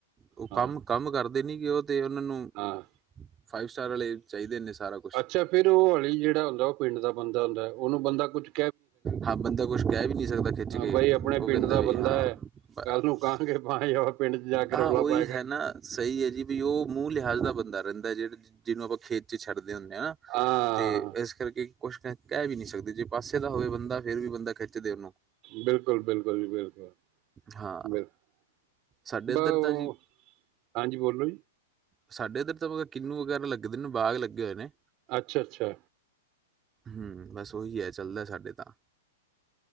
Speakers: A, on the right (about 20°); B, on the right (about 40°).
A: ਉਹ
B: ਹਾਂ
A: ਕੰਮ
B: ਹਾਂ
A: ਕੰਮ ਕਰਦੇ ਨੀ ਗੇ ਉਹ ਤੇ ਉਹਨਾਂ ਨੂੰ
B: ਹਾਂ
A: ਫਾਈਵ ਸਟਾਰ ਵਾਲੇ ਚਾਹੀਦੇ ਨੇ ਸਾਰਾ ਕੁਛ
B: ਅੱਛਾ ਫੇਰ ਉਹ ਹਲੀ ਜੇੜਾ ਹੁੰਦਾ ਉਹ ਪਿੰਡ ਦਾ ਬੰਦਾ ਹੁੰਦਾ ਉਹਨੂੰ ਬੰਦਾ ਕੁੱਛ
A: ਹਾਂ ਬੰਦਾ ਕੁਛ ਕਹਿ ਵੀ ਨਹੀਂ ਸਕਦਾ ਖਿੱਚ
B: ਹਾਂ
A: ਕੇ
B: ਬਈ
A: ਉਹ
B: ਆਪਣੇ ਪਿੰਡ
A: ਕਹਿੰਦਾ
B: ਦਾ
A: ਬਈ
B: ਬੰਦਾ
A: ਹਾਂ
B: ਹੈ
A: ਬਸ,
B: ਕੱਲ ਨੂੰ ਕਹਾਂਗੇ ਭਾਈ ਉਹ ਪਿੰਡ 'ਚ ਜਾ ਕੇ
A: ਆਹ
B: ਰੌਲਾ
A: ਉਹੀ
B: ਪਾਏਗਾ
A: ਹੈ ਨਾ ਸਹੀ ਏ ਜੀ ਬਈ ਉਹ ਮੂੰਹ ਲਿਹਾਜ਼ ਦਾ ਬੰਦਾ ਰਹਿੰਦਾ ਜੇੜ ਜਿਹਨੂੰ ਆਪਾਂ ਖੇਤ ਚ ਛੱਡਦੇ ਹੁੰਨੇ ਆ
B: ਹਾਂ
A: ਤੇ ਇਸ ਕਰਕੇ ਕੁਛ ਕਹਿ ਵੀ ਨਹੀਂ ਸਕਦੇ ਜੇ ਪਾਸੇ ਦਾ ਹੋਵੇ ਬੰਦਾ ਫੇਰ ਵੀ ਬੰਦਾ ਖਿੱਚਦੇ ਉਹਨੂੰ।
B: ਬਿਲਕੁਲ-ਬਿਲਕੁਲ ਜੀ ਬਿਲਕੁਲ।
A: ਹਾਂ
B: ਬਿਲਕੁੱਲ
A: ਸਾਡੇ ਇੱਧਰ
B: <unintelligible>
A: ਤਾਂ ਜੀ
B: ਹਾਂਜੀ ਬੋਲੋ ਜੀ।
A: ਸਾਡੇ ਤੇ ਇੱਧਰ ਬਹੁਤੇ ਕਿੰਨੂੰ ਵਗੈਰਾ ਲੱਗਦੇ ਨੇ ਬਾਗ ਲੱਗੇ ਹੋਏ ਨੇ।
B: ਅੱਛਾ-ਅੱਛਾ।
A: ਹੂੰ ਬਸ ਉਹੀ ਹੈ ਚੱਲਦਾ ਸਾਡੇ ਤਾਂ।